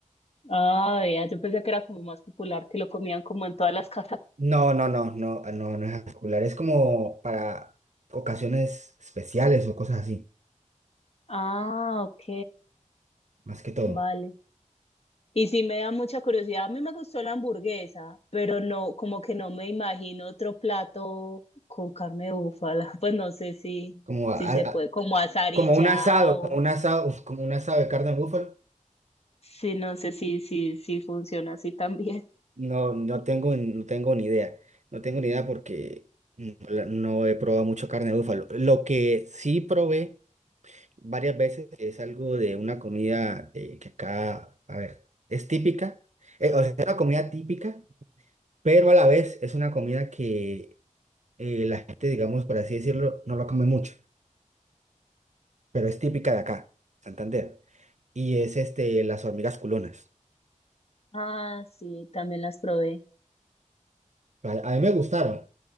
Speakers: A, on the left; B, on the right.
A: ah, vea, yo pensé que era como más popular, que lo comían como en todas las casas.
B: No, no, no, no, no, no es popular. Es como para ocasiones especiales o cosas así,
A: Ah, ok,
B: más que todo.
A: vale. Y sí me da mucha curiosidad, a mí me gustó la hamburguesa, pero no, como que no me imagino otro plato con carne de búfala, <laughs> pues no sé si,
B: Como, a-
A: si se
B: a-
A: puede, como asar
B: como
A: y ya,
B: un asado,
A: o
B: como un asado, como un asado de carne de búfalo.
A: sí, no sé si, si, si funciona así también.
B: No, no tengo, no tengo ni idea. No tengo ni idea porque no, la- no he probado mucho carne de búfalo. Lo que sí probé varias veces es algo de una comida eh, que acá, a ver, es típica. eh, o sea, es una comida típica, pero a la vez es una comida que eh, la gente, digamos, por así decirlo, no la come mucho, pero es típica de acá, Santander. Y es este, las hormigas culonas.
A: Ah, sí, también las probé.
B: A, a mí me gustaron.